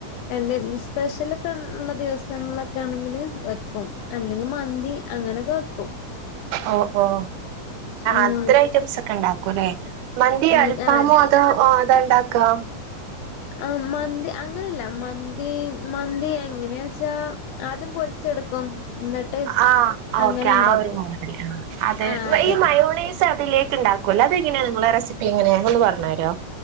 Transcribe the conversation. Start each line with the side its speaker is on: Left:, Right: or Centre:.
Left: എ സ്പെഷ്യൽ ഉള്ള ദിവസങ്ങളൊക്കെ ആണെങ്കിൽ വെക്കും അല്ലെങ്കിൽ മന്തി അങ്ങനെയൊക്കെ വെക്കും
Right: ഓ ഓ
Left: ഉം
Right: അത്ര ഐറ്റംസ് ഒക്കെ ഉണ്ടാക്കും അല്ലേ മന്തിയോ
Left: ഉം
Right: അൽഫാമോ
Left: ആഹ്
Right: അതോ അത ഉണ്ടാക്കുക
Left: ആ മന്തി അങ്ങനെയല്ല മന്തി മന്തി എങ്ങനെയ വെച്ചാ ആദ്യം പൊരിച്ചെടുക്കും എന്നിട്ട്
Right: ആ ഓക്കെ
Left: അങ്ങനെ ഉണ്ടാക്കും
Right: ആ ഒരു മൂതല് അത
Left: ആ അതെ
Right: ഈ മയോണീസ് അതിലേക്ക് ഉണ്ടാക്ക കൊല്ല അത എങ്ങനെയ നിങ്ങളെ റെസിപ്പി എങ്ങനെയ ഞങ്ങ ഒന്ന് പറഞ്ഞുരോ